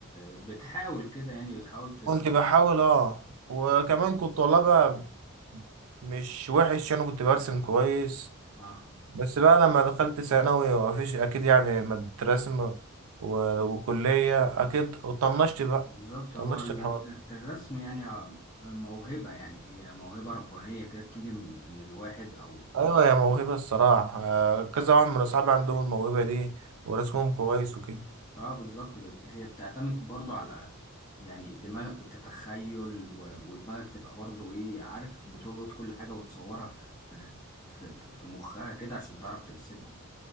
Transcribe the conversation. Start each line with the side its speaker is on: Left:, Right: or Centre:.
Left: بتحاول كده يعني بتحاول ت...
Right: كنت بحاول أه وكمان كنت والله بقى مش وحش أنا كنت برسم كويس
Left: اه
Right: بس بقى لما دخلت ثانوي ومفيش أكيد يعني مادة رسم و- وكلية أكيد وطنشت بقى
Left: بالظبط
Right: طنشت
Left: هو ال-
Right: الحوار
Left: ال-
Right: ده
Left: الرسم يعني آه، موهبة يعني هي موهبة ربانية كده بتيجي من الواحد او أو-
Right: ايوه هي موهبه الصراحه آه، كذا واحد من اصحابي عندهم الموهبه دي ورسمهم كويس وكده
Left: اه بالظبط بت... هي بتعتمد برضو على يعني دماغ تتخيل و... ودماغك تبقى برضو ايه عارف بتلقط كل حاجة وتصورها في في في في مخها كده عشان تعرف ترسمها